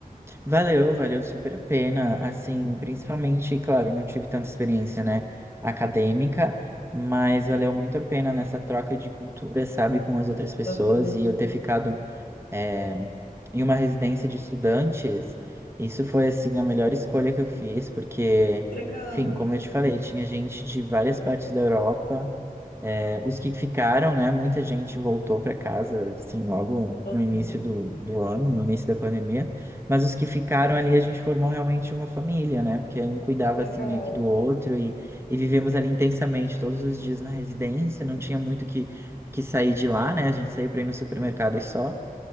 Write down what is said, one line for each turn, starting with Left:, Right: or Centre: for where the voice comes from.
Right: Valeu, valeu super a pena. Assim, principalmente, claro, eu não tive tanta experiência, né, acadêmica, mas valeu muito a pena nessa troca de cultura, sabe, com as outras pessoas
Left: Aham,
Right: e eu ter ficado eh, em uma residência de estudantes, isso foi assim a melhor escolha que eu fiz, porque,
Left: Legal.
Right: enfim, como eu te falei, tinha gente de várias partes da Europa Os que ficaram, né? Muita gente voltou para casa, assim, logo no
Left: Aham,
Right: início do, do ano, no início da pandemia. Mas os que ficaram ali, a gente formou realmente uma família, né? Porque um cuidava,
Left: Legal.
Right: assim, meio que do outro e, e vivemos ali intensamente todos os dias na residência. Não tinha muito que, que sair de lá, né? A gente saía para ir no supermercado e só.